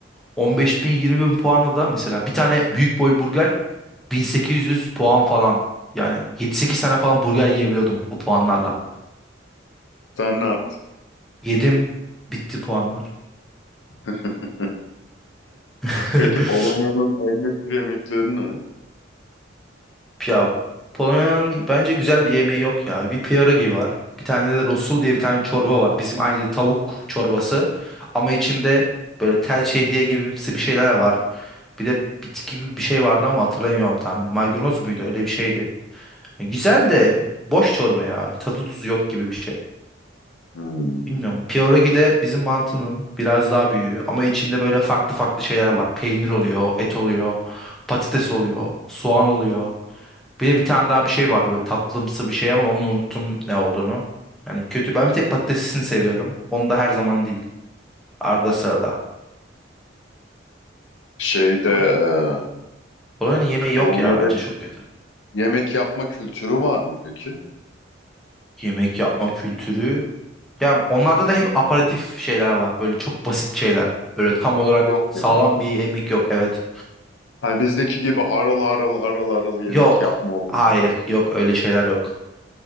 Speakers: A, in the centre; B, on the left.
A: 15 bin 20 bin puanı da mesela bir tane büyük boy burger 1800 puan falan. Yani 7-8 tane falan burger yiyebiliyordum o puanlarla.
B: Sen ne yaptın?
A: Yedim. Bitti puanlar.
B: <laughs>
A: <laughs>
B: Peki Polonya'nın en meşhur yemekleri ne?
A: Ya Polonya'nın bence güzel bir yemeği yok ya. Bir pierogi var. Bir tane de rosul diye bir tane çorba var. Bizim aynı tavuk çorbası. Ama içinde böyle tel şehriye gibimsi bir şeyler var. Bir de bitki gibi bir şey vardı ama hatırlamıyorum tam. Maydanoz muydu? Öyle bir şeydi. E, Güzel de boş çorba ya. Tadı tuzu yok gibi bir şey.
B: Hmm.
A: Bilmiyorum. Pierogi de bizim mantının biraz daha büyüğü ama içinde böyle farklı farklı şeyler var. Peynir oluyor, et oluyor, patates oluyor, soğan oluyor. Bir de bir tane daha bir şey vardı böyle tatlımsı bir şey ama onu unuttum ne olduğunu. Yani kötü. Ben bir tek patatesini seviyorum. Onu da her zaman değil. Arada sırada.
B: Şeyde
A: Polonya'nın
B: e,
A: Polonya'nın yemeği
B: Polonya'da
A: yok ya bence çok kötü.
B: yemek yapma kültürü var mı peki?
A: Yemek yapma kültürü. Ya onlarda da hep aparatif şeyler var. Böyle çok basit şeyler. Böyle tam olarak
B: Yok
A: sağlam
B: yani.
A: bir yemek yok. Evet.
B: Ha, bizdeki gibi haral haral haral haral yemek
A: Yok.
B: yapma olayı.
A: Hayır. Yok öyle şeyler yok.